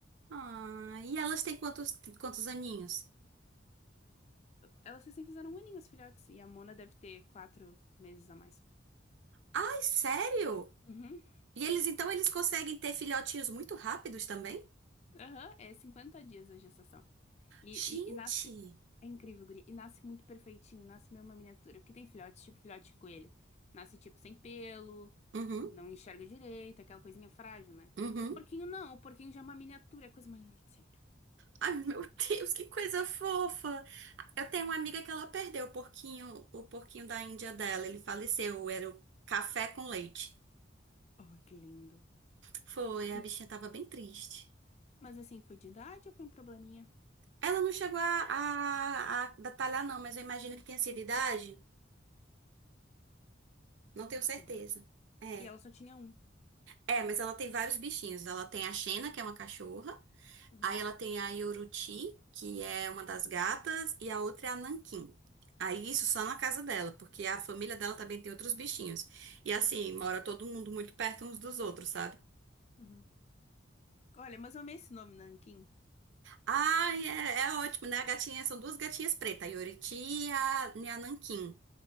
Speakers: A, on the right (about 65°); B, on the left (about 35°).
A: Ah, e elas têm quantos, quantos aninhos?
B: Elas recém fizeram um aninho, as filhotes, e a Mona deve ter quatro meses a mais.
A: Ai, sério?
B: Uhum.
A: E eles, então, eles conseguem ter filhotinhos muito rápidos também?
B: Aham, é 50 dias a gestação. E,
A: Gente!
B: e, e nasce. É incrível, guria. E nasce muito perfeitinho, nasce meio uma miniatura. Porque tem filhotes, tipo filhote de coelho. Nasce, tipo, sem pelo,
A: Uhum,
B: não enxerga direito, aquela coisinha frágil, né?
A: uhum.
B: O porquinho não, o porquinho já é uma miniatura, é a coisa mais linda de sempre.
A: Ai, meu Deus, que coisa fofa! Eu tenho uma amiga que ela perdeu o porquinho, o porquinho da Índia dela. Ele faleceu, era o café com leite.
B: Oh, que lindo.
A: Foi,
B: E...
A: a bichinha tava bem triste.
B: Mas assim, foi de idade ou foi um probleminha?
A: Ela não chegou a, a, a detalhar, não, mas eu imagino que tenha sido idade. Não
B: Ai,
A: tenho certeza.
B: que dó.
A: É.
B: E ela só tinha um.
A: É, mas ela tem vários bichinhos. Ela tem a Xena, que é uma cachorra.
B: Uhum,
A: Aí ela tem a Yoruti, que é uma das gatas. E a outra é a Nanquim. Aí isso só na casa dela, porque a família dela também tem outros bichinhos. E assim, mora todo mundo muito perto uns dos outros, sabe?
B: uhum. Olha, mas eu amei esse nome, Nanquim.
A: Ai, é, é ótimo, né? A gatinha, são duas gatinhas pretas, a Yoriti e a, e a Nanquim.